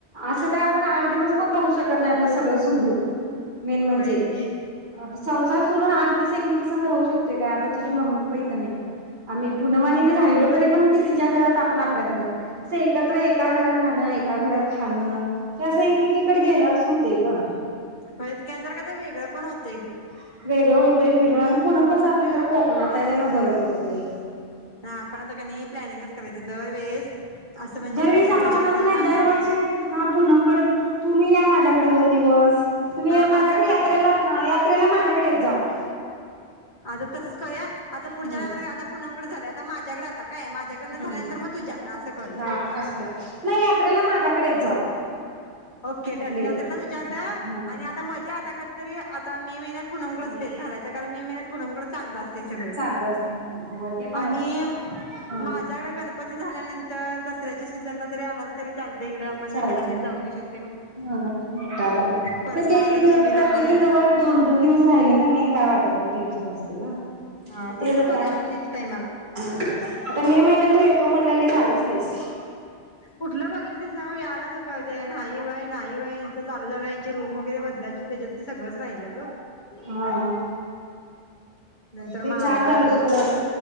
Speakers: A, on the right; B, on the left.
A: असं काय आपण आठ दिवस पण राहऊ शकत नाही आपलं सगळं सोडून मेन म्हणजे
B: होयच की,
A: संसार सोडून आठ दिवस एकमेकीसघ राहू शकतोय काय? आता तुझी मम्मी पप्पा इथं नाहीत आम्ही पुनम आणि मी राहिलो तरी पण ती तिच्या घरात आपण आपल्या घरात असं एकत्र एका घरात राहणं एका घरात खाणं ते असं एकमेकीकडे गेल्यावरच होतय ग.
B: होयच की आणि जरा काय तर वेगळं पण होतय.
A: <inaudible> वेगळं होतय फिरून आणि पूनम कसं आपली जरा कोकणात आहे तेन बरं पडतंय.
B: आपण आता कणी प्लॅनिंगच करायचं दरवेळेस असं म्हणजे
A: दरवेळीस, आता
B: तुझ्याकडं
A: कुणाच नाही
B: माझ्याकडं
A: दरवर्षी हा पूनम कड तुम्ही या माझ्याकडे दोन दिवस तुम्ही
B: हा
A: माझ्याकडे
B: असं करूया
A: यात्रेला यात्रेला माझ्याकडे येत जावा.
B: आता तसंच करूया. आता पुढच्या
A: हम्म
B: टाइमाला पुनमकड झाल्यात. माझ्याकड आता, काय माझ्याकडनं
A: हम्म,
B: झाल्यानंतर मग तुझ्याकडं असं करूया.
A: हा अस करा नाही यात्रेला माझ्याकडेच येत जावा.
B: ओके डन
A: आपल्या
B: यात्रेला
A: इकडे
B: तुझ्याकडे
A: हा
B: आणि आता मध्ये एकतरी आता मे महिन्यात पूनम कडच
A: हा
B: बेत घालायच कारण मे महिन्यात पूनम कडच चांगला असतय सगळ
A: चांगलं असते होय ते पण
B: आणि
A: आहे सोड हा
B: माझ्याकड गणपती झाल्यानंतर तर दसऱ्याच्या सीझनला जरी आलास तरी चाल दे इकडं आपण
A: चालते.
B: हेला तेन जाऊ येऊ शक
A: हा तेच
B: परत
A: की एकेकी
B: महालक्ष्मीला
A: प्रत्येकी
B: म्हण
A: जवळ दोन-दोन दिवस राहिल कणी काय वाटत नाही. टेन्शन नसतय गं.
B: हा
A: म तेल
B: तसंच
A: अता.
B: करूया आता नेक्स्ट टाइमाला
A: आता मे महिन्यात तू येतो म्हणल्यालीस. तु आलीच नाहीस.
B: कुठलं बघितलीस नव यालाच कुठलं ग ते नाही होय नाही होय ह्यांचं चालू झालंय ह्यांची रूम वगैरे बदलायची त्याच्यात ते सगळंच राहिलं ग
A: हा
B: नाहीतर
A: ते
B: मग आलं
A: छान झालं
B: असतं
A: थोडस